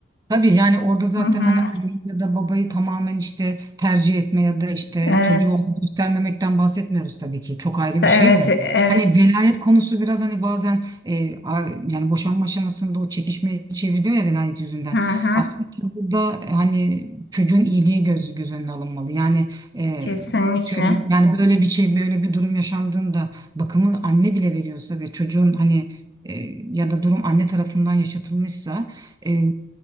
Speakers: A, on the right; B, on the left.
A: Tabii yani orada zaten
B: Hı hı.
A: hani anneyi ya da babayı tamamen işte tercih etme ya da işte
B: Evet.
A: çocuğu ona göstermemekten bahsetmiyoruz tabii ki. Çok ayrı
B: Evet,
A: bir şey de.
B: evet.
A: Hani velayet konusu biraz hani bazen e, a- yani boşanma aşamasında o çekişmeye çeviriyor ya velayet yüzünden.
B: Hı hı.
A: Aslında burada e, hani çocuğun iyiliği göz, göz önüne alınmalı. Yani e,
B: Kesinlikle.
A: atıyorum yani böyle bir şey böyle bir durum yaşandığında bakımı anne bile veriyorsa ve çocuğun hani e, ya da durum anne tarafından yaşatılmışsa e,